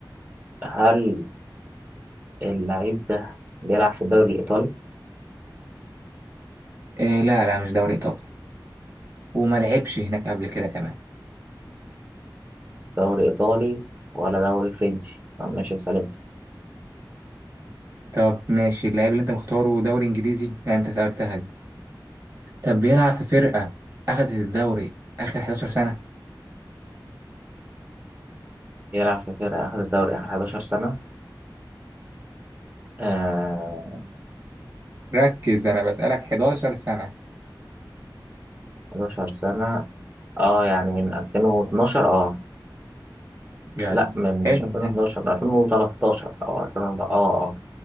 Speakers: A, on the right (about 25°); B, on the right (about 55°).
A: هل اللعيب ده بيلعب في الدوري الإيطالي
B: إيه لا لا مش دوري إيطالي وما لعبش هناك قبل كده كمان
A: دوري إيطالي ولا دوري فرنسي طب ماشي سألت
B: طب ماشي اللاعب اللي أنت مختاره دوري إنجليزي لا أنت سألتها دي طب بيلعب في فرقة أخدت الدوري آخر 11 سنة
A: يلعب في فرقة آخر الدوري آخر 11 سنة آه
B: ركز أنا بسألك 11 سنة
A: 11 سنة اه يعني من 2012 اه
B: يعني
A: لا من
B: حلو
A: مش 2011 من 2013 أو 2000 اه اه